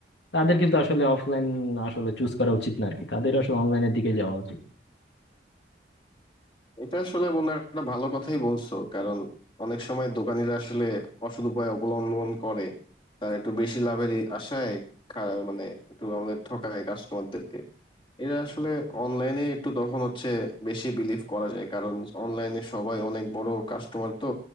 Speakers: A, on the left; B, on the left.
A: তাদের কিন্তু আসলে অফলাইন আসলে চুজ করা উচিত না আর কি তাদের আসলে অনলাইনের দিকে যাওয়া উচিত
B: এটা আসলে বন্ধু একটা ভালো কথাই বলছো কারণ অনেক সময় দোকানিরা আসলে অসৎ উপায় অবলম্বন করে তারা একটু বেশি লাভের ই- আশায় খা- মানে একটু আমাদের ঠকায় কাস্টমারদেরকে এরা আসলে অনলাইনে একটু তখন হচ্ছে বেশি বিলিভ করা যায় কারণ অনলাইনে সবাই অনেক বড় কাস্টমার তো